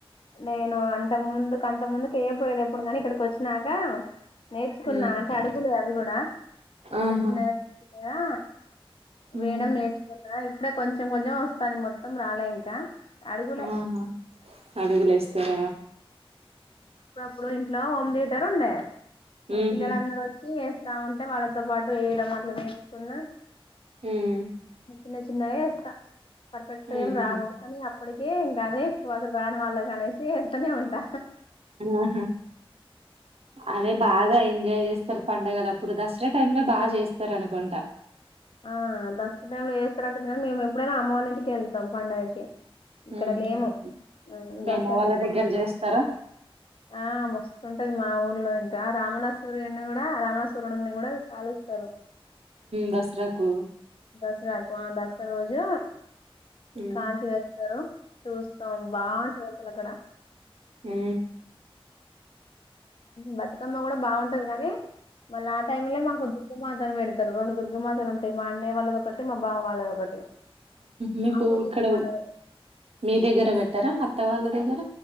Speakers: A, on the left (about 65°); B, on the right (about 85°).
A: నేను అంత ముందుకు అంత ముందుకు వెయ్య పోయది ఎప్పుడు కాని ఇక్కడికి వచ్చినాక నేర్చుకున్నా
B: హ్మ్.
A: అంటే అడుగులు నువ్వు కూడా చిన్న
B: ఆహా!
A: చిన్న ఆ
B: హ్మ్.
A: వేయడం నేర్చుకొన్నా ఇప్పుడే కొంచెం కొంచెం వస్తుంది మొత్తం రాలే ఇంకా అడుగులే
B: ఆ అడుగులు వ ఇస్తార
A: ఇప్పుడు ఇంట్లో హోమ్ థీయేటర్ ఉండే ఇకా
B: హుహు.
A: పిల్లలందరు వచ్చి తా ఉంటే మళ్ కొంత పాటు వేయడం అట్లా నేర్చుకున్న
B: హ్మ్.
A: చిన్న చిన్నవి ఇస్తా పర్ఫెక్ట్
B: ఉహు
A: ఏం రావు కానీ అప్పటిక ఇంకానే ఎక్కువ అసలు రాన్ వాలాగానే వేస్తనే ఉంటా
B: ఆహా అదే బాగా ఎంజాయ్ చేస్తారు పండడుగల అప్పుడు దసరా టైమ్ లో బాగా చేస్తారు అనుకుంటా
A: ఆ దసర టైంలో వస్తారట్టుంది కానీ మేము ఎప్పుడైనా అమ్మ వాళ్ళ ఇంటికి వెళ్తాం పండగకి ఇక్కడ
B: ఉహు
A: లేము
B: మీ
A: దసరాకి
B: అమ్మ వాళ్ళ
A: ఎప్పుడు
B: దగ్గర
A: లే
B: చేస్తారా
A: ఆ మస్తుంటది మా ఊ లో ఇంకా రామణస్వరుని కూడా రామణసు్వరుని కూడా కాలుస్తారు
B: దసరాకు
A: దసరాకున్ దస ఒక రోజు
B: ఉమ్
A: కాల్చి వేస్తారు చూస్తాం బాగుంటంది సల కడా
B: ఆ
A: బతుకమ్మ కూడా బాగుంటది కానీ మళ్ ఆ టైమ్ లో మాకు ఉ పెడారు రెడుుర్గమాసాలు ఉంటాయి మా అన్నయ వాళ్ళద ఒకటి మా బావ వాళ్ళద ఒకటి
B: మీకు
A: ఆపోజిట్
B: ఇక్కడ
A: వాళ్ళది
B: మీ దగ్గర పెట్ట ఇతార అత వాళ్ళ దగార